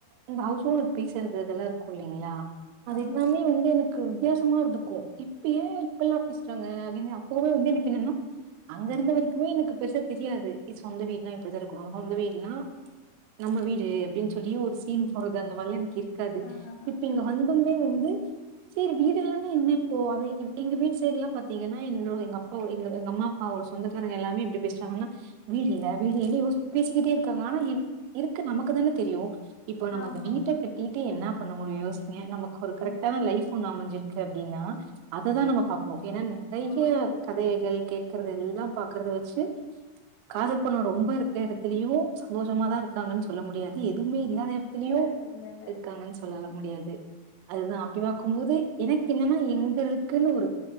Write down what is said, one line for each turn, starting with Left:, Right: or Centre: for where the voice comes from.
Right: இந்த ஹவுஸ் ஓனர் பேசுறது அதெல்லாருக்கு இல்லைங்ளா அது
Left: ஆமா
Right: எல்லாமே வந்து எனக்கு வித்தியாசமா இருந்துக்கு இப்ப ஏ இப்பில்லா பேசுறாங்க அப்டினு அப்பவே வந்து எனக்கு என்னனா அங்கெருந்த வரைக்குமே எனக்கு பெருசா தெரியாது இது சொந்த வீட்னா இப்டித்தா இருக்கனு சொந்த வீட்ல்லனா நம்ம வீடு அப்டின் சொல்லி ஒரு சீன் போறது அந்த மார்லா எனக்கு இருக் காது
Left: ஆ
Right: இப்ப இங்க
Left: ஆ
Right: வந்தமே வந்து சேரி வீடு இல்லன்னா என்ன இப்போ அதே எங்க வீட் சைட்லா பாத்தீங்கன்னா எங்ளோ எங்க அப்பாவோ எங்க எங்க அம்மா அப்பாவோட சொந்தக்காரங்க எல்லாமே எப்டி பேசுறாங்கன்னா வீடு இல்ல வீடு என்ன பேசிகிட்டே இருக்காங்க ஆனா இருக்கு நமக்கு தானே தெரியு இப்போ நம்ம
Left: ஆமா
Right: அந்த வீட்ட
Left: ஆமா
Right: கட்டிட்டு என்னா பண்ண முடியு யோசிங்க நமக்கு ஒரு கரெக்டான
Left: ம்
Right: லைஃப் ஒண்ணு அமஞ்சிருக்கு அப்டின்னா அததா நம்ம பாக்கனு ஏனா நறைய
Left: ஆமா கண்டிப்பா
Right: கதைகள் கே க்கறதெல்லா பாக்கற்த வச்சு காசு பணோ ரொம்ப இருக்க எடத்துலயு சந்தோஷமாதாருக்காங்கன் சொல்ல முடியாது எ துமே இல்லாத எடத்திலயு
Left: இல்ல இல்ல இல்ல
Right: இருக்காங்கன் சொல்லலா முடியாது அதுதா அப்டி பாக்கும்போது எனக்கு என்னனா எங்களுக்குன்னு ஒரு